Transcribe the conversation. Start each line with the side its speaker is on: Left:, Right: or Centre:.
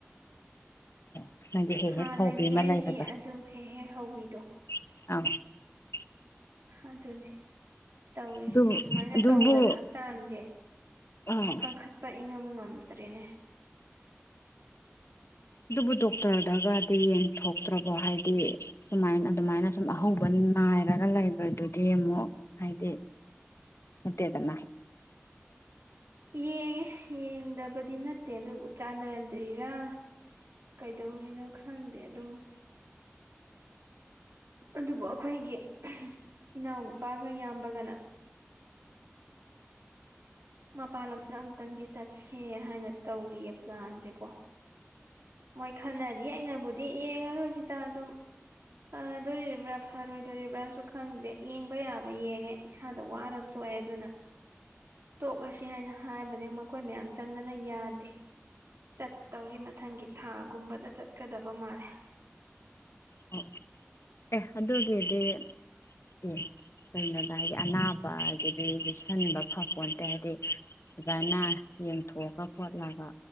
Left: ꯑꯣ ꯅꯪꯗꯤ ꯍꯦꯛ
Right: ꯍꯥꯟꯅꯒꯤ
Left: ꯍꯦꯛ ꯍꯧꯕꯤ ꯑꯃ
Right: ꯑꯩꯒꯤ
Left: ꯂꯩꯕꯗꯣ
Right: ꯑꯗꯨꯝ ꯍꯦꯛ ꯍꯦꯛ ꯍꯧꯕꯤꯗꯣ
Left: <unintelligible>
Right: ꯑꯗꯨꯅꯦ ꯇꯧꯔꯤꯁꯦ
Left: ꯑꯗꯨ
Right: ꯁꯨꯃꯥꯏꯅ
Left: ꯑꯗꯨꯕꯨ
Right: ꯇꯧꯗꯅ ꯍꯛꯆꯥꯡꯁꯦ
Left: ꯑꯥ
Right: ꯀꯟꯈꯠꯄ ꯏꯪꯉꯝ ꯉꯝꯗ꯭ꯔꯦꯅꯦ
Left: ꯑꯗꯨꯕꯨ ꯗꯣꯛꯇꯔꯗꯒꯗꯤ ꯌꯦꯡꯊꯣꯛꯇ꯭ꯔꯕꯣ ꯍꯥꯏꯗꯤ ꯁꯨꯃꯥꯏ ꯑꯗꯨꯃꯥꯏꯅ ꯁꯨꯝ ꯑꯍꯧꯕ ꯅꯥꯏꯔꯒ ꯂꯩꯕꯗꯨꯗꯤ ꯑꯃꯨꯛ ꯍꯥꯏꯗꯤ ꯅꯠꯇꯦꯗꯅ
Right: ꯌꯦꯡꯉꯦ ꯌꯦꯡꯗꯕꯗꯤ ꯅꯠꯇꯦ ꯑꯗꯨꯕꯨ ꯆꯥꯟꯅꯗ꯭ꯔꯤꯔꯥ ꯀꯩꯗꯧꯔꯤꯅꯣ ꯈꯪꯗꯦ ꯑꯗꯨꯝ ꯑꯗꯨꯕꯨ ꯑꯩꯈꯣꯏꯒꯤ ꯏꯅꯥꯎꯅꯨꯄꯥꯒ ꯏꯌꯥꯝꯕꯒꯅ ꯃꯄꯥꯟ ꯂꯝꯗ ꯑꯨꯇꯪꯗꯤ ꯆꯠꯁꯦ ꯍꯥꯏꯅ ꯇꯧꯔꯤꯌꯦ ꯄ꯭ꯂꯥꯟꯁꯦꯀꯣ ꯃꯣꯏ ꯈꯟꯅꯔꯤ ꯑꯩꯅꯕꯨꯗꯤ ꯑꯗꯨꯗꯤ ꯌꯦꯡꯉꯔꯣꯏꯁꯤꯗ ꯑꯗꯨꯝ ꯐꯗꯣꯔꯤꯕ꯭ꯔꯥ ꯐꯔꯣꯏꯗꯣꯔꯤꯕ꯭ꯔꯥꯁꯨ ꯈꯪꯗꯦ ꯌꯦꯡꯕ ꯌꯥꯕ ꯌꯦꯡꯉꯦ ꯏꯁꯥꯗ ꯋꯥꯔ ꯇꯣꯛꯑꯦ ꯑꯗꯨꯅ ꯇꯣꯛꯂꯁꯤ ꯍꯥꯏꯅ ꯍꯥꯏꯕꯅꯤ ꯃꯈꯣꯏ ꯃꯌꯥꯝ ꯆꯪꯗꯅ ꯌꯥꯗꯦ ꯆꯠꯇꯧꯔꯤ ꯃꯊꯪꯒꯤ ꯊꯥꯒꯨꯝꯕꯗ ꯆꯠꯀꯗꯕ ꯃꯥꯜꯂꯦ
Left: ꯑꯣ ꯑꯦ ꯑꯗꯨꯒꯤꯗꯤ ꯑꯦ ꯀꯩꯅꯣꯗ ꯍꯥꯏꯗꯤ ꯑꯅꯥꯕ ꯍꯥꯏꯁꯤꯗꯤ ꯂꯤꯁꯤꯟꯕ ꯐꯄꯣꯟꯠꯇꯦ ꯍꯥꯏꯗꯤ ꯑꯣꯖ ꯑꯅꯥ ꯌꯦꯡꯊꯣꯛꯑꯒ ꯈꯣꯠꯂꯒ